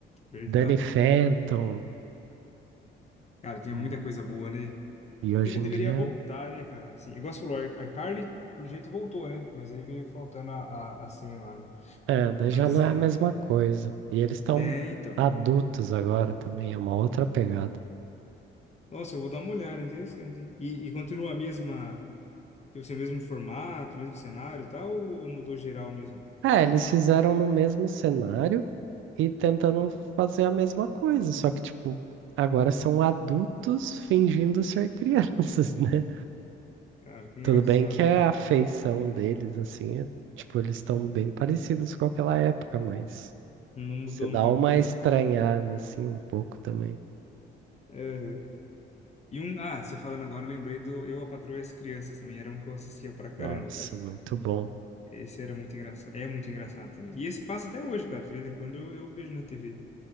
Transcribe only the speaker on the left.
verdade,
cara. Cara, tinha
muita coisa boa, né?
Deve-
deveria
voltar, né, cara? Assim, igual você falou, a Ar- iCarly, pelo jeito, voltou, né? Mas aí veio faltando a, a, a senha lá, né?
Mas
é.
É, então.
Nossa, eu vou dar uma olhada, interessante, hein? E, e continua a mesma. Tipo assim, o mesmo formato, o mesmo cenário e tal, ou, ou mudou geral mesmo?
Cara, que engraçado,
né?
Não mudou
muita
coisa.
É, E um, ah, você falando agora, eu lembrei do Eu, a Patroa e as Crianças também. Era um que eu assistia pra caramba,
cara.
Esse era muito engraçado. É muito engraçado também. E esse passa até hoje, cara. De vez em quando eu, eu vejo na TV.